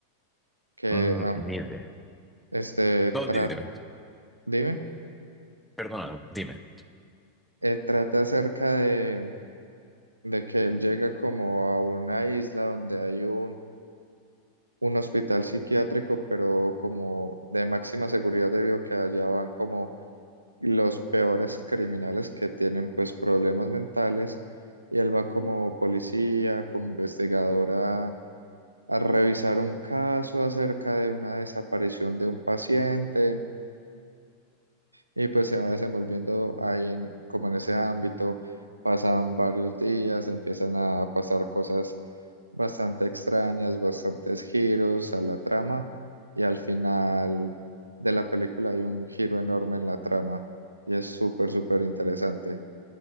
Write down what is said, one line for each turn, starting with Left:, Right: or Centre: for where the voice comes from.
Right: que
Centre: Mm,
Right: am,
Centre: ni idea.
Right: este,
Centre: No,
Right: tra-
Centre: dime, dime.
Right: dime,
Centre: Perdona, dime.
Right: eh, trata acerca de de que él llega como a una isla donde hay un, un hospital psiquiátrico, pero como de máxima seguridad debido a que allá van como los peores criminales que tienen pues problemas mentales y él va como policía, como investigadora a a revisar un caso acerca de una desaparición de un paciente y pues se va desenvolviendo ahí en, como en ese ámbito, pasan varios días, empiezan a pasar cosas bastante extrañas, bastantes giros a la trama y al final de la película hay un giro enorme en la trama y es súper, súper interesante.